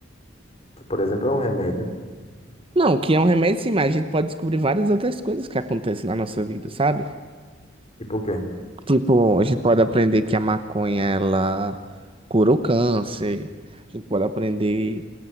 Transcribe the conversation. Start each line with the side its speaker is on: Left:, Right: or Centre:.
Left: Que, por exemplo, é um remédio.
Right: Não, que é um remédio, sim, mas a gente pode descobrir várias outras coisas que acontecem na nossa vida, sabe?
Left: E por quê?
Right: Tipo, a gente pode aprender que a maconha ela cura o câncer. A gente pode aprender,